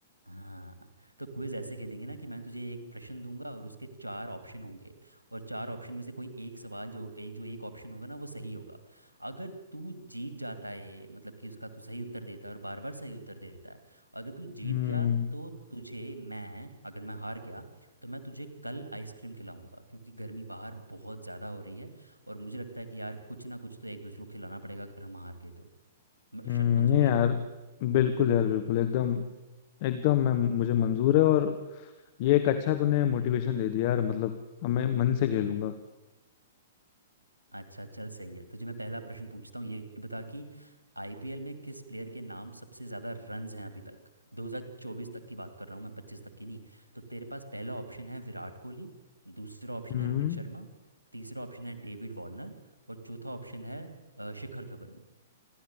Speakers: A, on the right; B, on the left.
A: हाँ तो क्विज ऐसे खेलेंगे ना कि मैं तुझे एक प्रश्न दूंगा और उसके चार ऑप्शन होंगे और चार ऑप्शन में से कोई एक सवाल जो एक जो एक ऑप्शन होगा ना वो सही होगा अगर तू जीत जाता है ये मतलब कि उसका तू सही उत्तर देता है और बार बार सही उत्तर देता है अगर तू जीत
B: हम्म
A: गया तो तुझे मैं अगर मैं हार गया तो मैं तुझे कल आइसक्रीम खिलाऊंगा क्योंकि गर्मी बाहर बहुत ज़्यादा हो रही है और मुझे लगता है कि यार कुछ ना कुछ तो एक दूसरे को खिलाना पड़ेगा अगर हम हार गए तो म-
B: हम्म,
A: शर्त मंजूर
B: नहीं यार
A: है
B: बिल्कुल यार बिल्कुल एकदम एकदम मैं मुझे मंजूर है और ये एक अच्छा तूने मोटिवेशन दे दिया यार मतलब अब मैं मन से खेलूंगा
A: अच्छा चल सही है तुझे मैं पहला प्रश्न पूछता हूँ ये बता कि आईपीएल में किस प्लेयर के नाम सबसे ज़्यादा रन्स हैं अभी तक 2024 तक की बात कर रहा हूँ मैं 25 तक की नहीं तो तेरे पास पहला ऑप्शन है विराट कोहली दूसरा ऑप्शन
B: हम्म
A: है रोहित शर्मा तीसरा ऑप्शन है डेविड वार्नर और चौथा ऑप्शन है अ, शिखर धवन